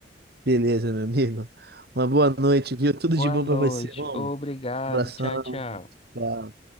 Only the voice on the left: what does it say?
Boa
noite.
Obrigado.
Tchau, tchau.